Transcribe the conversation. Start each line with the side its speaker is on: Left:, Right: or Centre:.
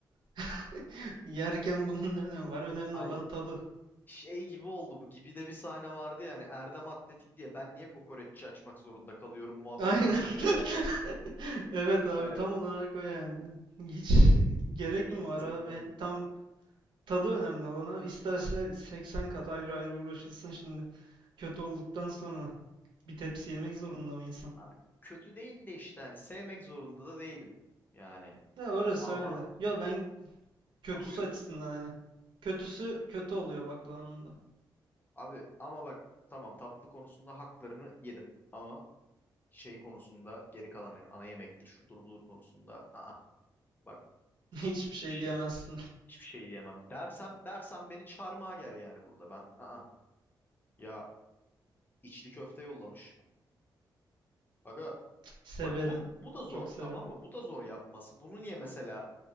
Right: <laughs> Yerken bunun ne önemi var? Önemli
Left: Hayır.
Right: olan tadı.
Left: şey gibi oldu bu gibi de bir sahne vardı yani Erdem Atletik diye ben niye kokoreççi açmak zorunda kalıyorum muhabbetine
Right: Aynen.
Left: dönüyor
Right: <laughs>
Left: yani.
Right: Evet abi
Left: Hani
Right: tam olarak o yani. Hiç gerek
Left: saçma
Right: mi var
Left: sapan.
Right: abi? Yani tam tadı önemli olan abi. İsterse 80 kat ayrı ayrı uğraşılsın şimdi. Kötü olduktan sonra bir tepsi yemek zorunda mı insan?
Left: Abi kötü değil de işte hani sevmek zorunda da değilim yani.
Right: Ya orası
Left: Ama
Right: öyle. Ya ben kötüsü
Left: ha buyur.
Right: açısından hani. Kötüsü kötü oluyor baklavanın da.
Left: Abi ama bak tamam tatlı konusunda haklarını yedim ama şey konusunda geri kalan hani ana yemektir şudur budur konusunda aa bak
Right: <laughs>
Left: hiç,
Right: Hiçbir
Left: hiçbir
Right: şey
Left: şey
Right: diyemezsin.
Left: hiçbir şey diyemem. Dersem dersem beni çarmıha ger yani burada ben aa ya içli köfte yollamış. Aga
Right: Severim.
Left: Bak bu, bu da zor
Right: Çok severim.
Left: tamam mı? Bu da zor yapması. Bunu niye mesela